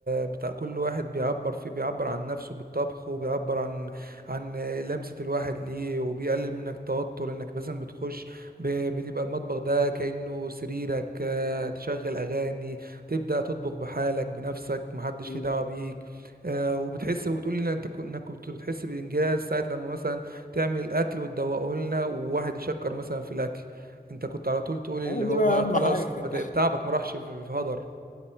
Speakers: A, on the right; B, on the left.
A: بتاع كل واحد بيعبر فيه بيعبر عن نفسه بالطبخ وبيعبر عن عن لمسة الواحد ليه وبيقلل منك التوتر انك مثلا بتخش ب- بتبقى المطبخ ده كأنه سريرك اه، تشغل اغاني تبدأ تطبخ بحالك بنفسك محدش
B: مم.
A: ليه دعوة بيك اه، وبتحس وبتقول لي انت كن- انك كنت بتحس بإنجاز ساعة لما مثلا تعمل الاكل وتدوقه لنا وواحد يشكر مثلا في الاكل انت كنت على طول تقول اللي
B: هو
A: هو
B: دي بقى أهم
A: خلاص
B: حاجة
A: ما ت- تعبك ما راحش في في هدر